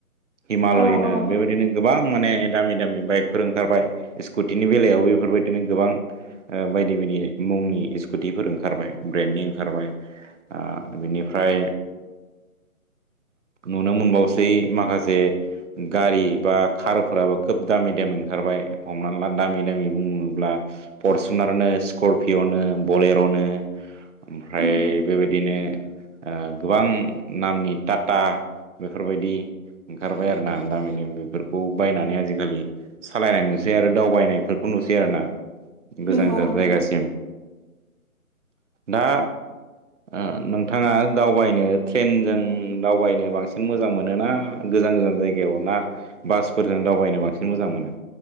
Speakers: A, on the right; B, on the right.
A: हिमालयनो
B: औ औ
A: बेबायदिनो गोबां माने दामि दामि बाइकफोर ओंखारबाय स्कुटिनि बेलायावबो इफोरबायदिनो गोबां। ओ बायदि बायदि मुंनि स्कुटिफोर ओंखारबाय ब्रेन्डनि ओंखारबाय। ओ बिनिफ्राय नुनो मोनबावसै माखासे गारि बा कार फोराबो खोब दामि दामि ओंखारबाय‌। हमनानै ला दामि दामि बुङोब्ला फरसुनारनो स्करपिय'नो बलेर'नो। ओमफ्राय
B: उम
A: बेबायदिनो ओ गोबां नामनि टाटा बेफोरबायदि ओंखारबाय आरोना। दामि दामि बेफोरखौ बायनानै आजिखालि सालायनाय नुसै आरो दावबायनायफोरखौ नुसै आरोना। गोजान
B: नंगौ
A: गोजान
B: औ
A: जायगासिम। दा ओ नोंथाङा दावबायनो ट्रेनजों दावबायनो बांसिन मोजां मोनो ना गोजान गोजान जायगायाव ना बास फोरजों दावबायनो बांसिन मोजां मोनो